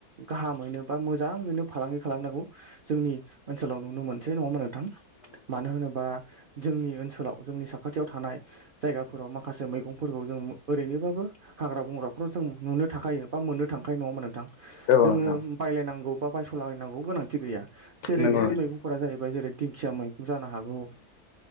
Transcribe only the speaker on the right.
गाहामैनो बा मोजाङैनो फालांगि खालामनांगौ जोंनि ओनसोलाव नुनो मोनसै नङाहोमबा नोंथां मानो होनोबा जोंनि ओनसोलाव जोंनि साखाथियाव थानाय जायगाफोराव माखासे मैगंफोरखौ जों ओरैनोबाबो हाग्रा बंग्राफोराव जों नुनो थांखायो बा मोननो थांखायो नङा होनबा नोंथां जोङो
बायलायनांगौ बा बायस'लायनांगौ गोनांथि गैया जेरै
बेफोर
मैगंफोरा जाहै जेरै दिंखिया मैगं जानो हागौ